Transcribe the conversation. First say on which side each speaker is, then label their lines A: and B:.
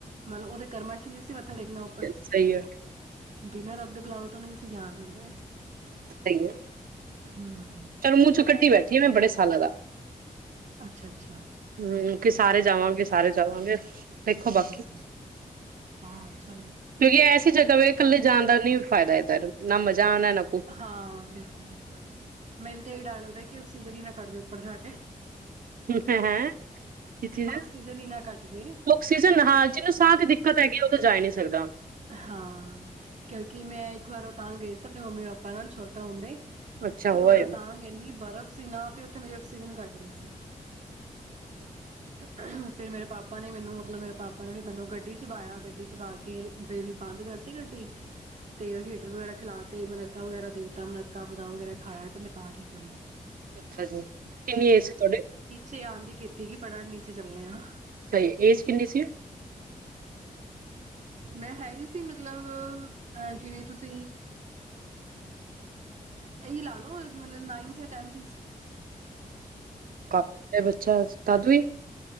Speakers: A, on the right (about 55°); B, on the right (about 80°).
A: ਮਤਲਬ ਓਦੇ ਕਰਮਾ ਚ ਨੀ ਸੀ ਮੱਥਾ ਟੇਕਣਾ ਉੱਪਰ।
B: ਸਹੀ ਹੈ
A: ਬਿਨਾਂ ਰੱਬ ਦੇ ਬਿਲਾਵ ਤੋਂ ਨਹੀਂ ਅਸੀਂ ਜਾ ਸਕਦੇ
B: ਸਹੀ
A: ਹੂੰ।
B: ਚਲੋ ਮੂੰਹ ਚੋਂ ਕੱਟੀ ਬੈਠੀ ਆ ਮੈਂ ਬੜੇ ਸਾਲਾਂ, ਦਾ
A: ਅੱਛਾ ਅੱਛਾ
B: ਹਮ ਕਿਸ ਸਾਰੇ ਜਾਵਾਂਗੇ, ਸਾਰੇ ਜਾਵਾਂਗੇ। ਦੇਖੋ ਬਾਕੀ,
A: ਹੂੰ ਹਾਂ ਚਲੋ
B: ਕਿਉਂਕਿ ਐਸੀ ਜਗ੍ਹਾ ਵੇ ਕੱਲੇ ਜਾਂਦਾ ਨੀ ਫਾਇਦਾ ਏਤਰ ਨਾ ਮਜਾ ਆਣ ਨ
A: ਹਾਂ ਬਿਲਕੁਲ, ਬਿਲਕੁਲ। ਮੈਨੂੰ ਤੇ ਏਹੀ ਡਰ ਲੱਗਦਾ ਕਿ ਅਕਸੀਜਨ ਹੀ ਨਾ ਕਾਟਜੇ ਉੱਪਰ ਜਾ ਕੇ।
B: ਹੈ ਹੈ ਕੀ ਚੀਜ਼,
A: ਆਕਸੀਜਨ ਹੀ ਨਾ ਕੱਟ ਜੇ
B: ਔਕਸੀਜਨ ਹਾਂ ਜਿਹਨੂੰ ਸਾਹ ਦੀ ਦਿੱਕਤ ਹੈਗੀ ਉਹ ਤਾਂ ਜਾਏ ਨੀ ਸਕਦਾ।
A: ਹਾਂ ਕਿਉਂਕਿ ਮੈਂ ਇੱਕ ਵਾਰ ਉਹ ਤਾਂ ਗਈ ਸੀ ਆਪਣੇ ਮੰਮੀ ਪਾਪਾ ਨਾਲ ਛੋਟਾ ਹੁੰਦੇ
B: ਅੱਛਾ
A: ਤੇ
B: ਹੋਇਆ
A: ਉ ਰੋਂਤਾਂਗ ਇੰਨੀ ਬਰਫ਼ ਸੀ ਨਾ ਤੇ ਉੱਥੇ ਮੇਰੀ ਆਕਸੀਜਨ ਘੱਟ ਅ ਸੀ। ਅਹ ਫਿਰ ਮਰੇ ਪਾਪਾ ਨੇ ਮੈਨੂੰ ਮਤਲਬ ਮੇਰੇ ਪਾਪ ਨੇ ਮੈਨੂੰ ਗੱਡੀ ਚ ਬਾਇਆ ਗੱਡੀ ਚ ਬਾ ਕੇ ਬ ਬੰਦ ਕਰਤੀ ਗੱਡੀ ਤੇ ਹੀਟਰ ਵਗੈਰਾ ਚਲਾ ਤੇ ਮਨੱਕਾਂ ਵਗੈਰਾ ਦੇ ਤ ਮਨੱਕਾਂ ਬਦਾਮ ਵਗੈਰਾ ਖਾਇਆ ਤੇ ਮੈਂ ਤਾਂ ਠੀਕ ਹੋਈ।
B: ਅੱਛਾ ਜੀ ਕਿੰਨੀ ਏਜ ਸੀ ਤੁਹਾਡੇ?
A: ਚੇ ਆਂਦ ਹੀ ਕੀਤੀ ਕਿ ਫਟਾਫਟ ਨੀਚੇ ਚੱਲਨੇ ਆ।
B: ਸਹੀ ਏਜ ਕਿੰਨੀ ਸੀ?
A: ਮੈਂ ਹੈ ਹੀ ਸੀ ਮਤਲਬ ਅਹ ਜਿਵੇਂ ਤੁਸੀਂ ਇਹੀ ਲਾ ਲਓ ਮਤਲਬ ਨਾਈਨਥ ਜਾਂ ਟੈਂਥ।
B: ਕਾ <unintelligible> ਬੱਚਾ ਦਾਦੂ ਵੀ